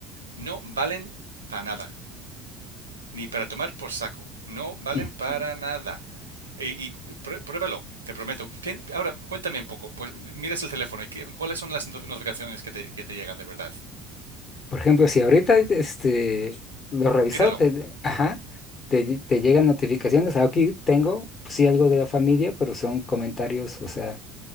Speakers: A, on the right; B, on the left.
A: no valen para nada, ni para tomar por saco, no valen
B: ujú,
A: para
B: ujú.
A: nada. E- Y, pruébalo, te prometo. Ahora, cuéntame un poco, pues miras el teléfono y qué- cuáles son las no- notificaciones que te, que te llegan de verdad.
B: Por ejemplo, si ahorita este, lo revisó,
A: Míralo.
B: te, ajá, te, te llegan notificaciones. Aquí tengo, pues, sí, algo de la familia, pero son comentarios, o sea,